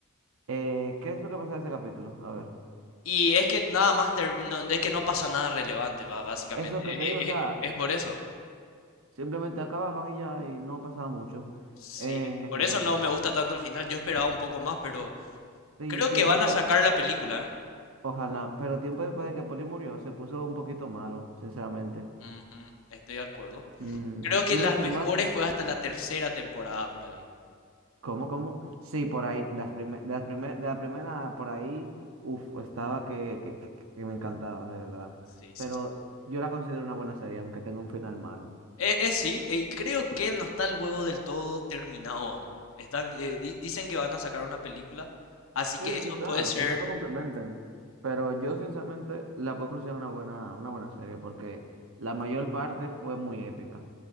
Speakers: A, on the right; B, on the left.
A: Eh, ¿qué es lo que pasa en ese capítulo? A ver.
B: Y es que nada más, ter- no- es que no pasa nada relevante, ba- básicamente.
A: Eso que te digo,
B: E-
A: o sea,
B: e- es por eso.
A: simplemente acababan y ya, y no pasaba mucho.
B: Sí,
A: Eh,
B: por eso no me gusta tanto el final. Yo esperaba un poco más, pero
A: sí,
B: creo
A: tiempos
B: que van a sacar la película, ¿eh?
A: Ojalá, pero tiempo después de que Poli murió, se puso un poquito malo, sinceramente.
B: Ujú, estoy de acuerdo.
A: Mm,
B: Creo que
A: ¿y Breaking
B: las mejores
A: Bad?
B: fue hasta la tercera temporada por ahí.
A: ¿Cómo, cómo? Sí, por ahí, las prime- de las primer- de la primera, por ahí, uff, estaba que, que, que- que me encantaba, de verdad.
B: Sí, sí,
A: Pero
B: sí.
A: yo la considero una buena serie, aunque tenga un final malo.
B: Eh, eh, sí, eh, y creo que no está el huevo del todo terminado aún. Están, eh, di- dicen que van a sacar una película, así
A: Sí,
B: que eso
A: quizás,
B: puede ser
A: quizás lo complementen, pero yo sinceramente la puedo considerar una buena, una buena serie, porque la mayor parte fue muy épica,